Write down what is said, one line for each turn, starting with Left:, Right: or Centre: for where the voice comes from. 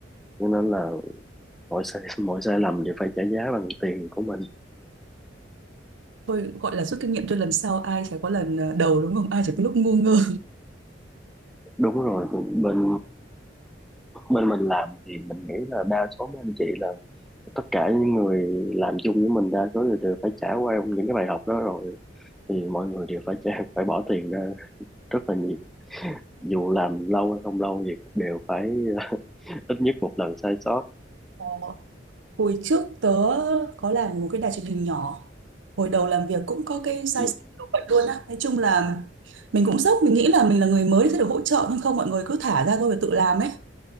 Centre: cho nên là mọi sai mọi sai lầm đều <laughs> phải trả giá bằng tiền của mình
Right: thôi gọi là rút kinh nghiệm cho lần sau ai chả có lần ờ, đầu đúng không ai chả có lúc ngu ngơ
Centre: đúng rồi bên bên mình làm thì mình nghĩ là đa số mấy anh chị là tất cả những người làm chung với mình đa số đều, đều phải trải qua những cái bài học đó rồi thì mọi người đều phải trả, phải bỏ tiền ra rất là nhiều dù làm lâu hay không lâu gì cũng đều phải <laughs> ít nhất một lần sai sót
Right: Ờ, hồi trước tớ có làm một cái đài truyền hình nhỏ hồi đầu làm việc cũng có cái sai
Centre: Ừ.
Right: sót kiểu vậy luôn á nói chung là mình cũng sốc mình nghĩ là mình là người mới sẽ được hỗ trợ nhưng không mọi người cứ thả ra thôi và tự làm ấy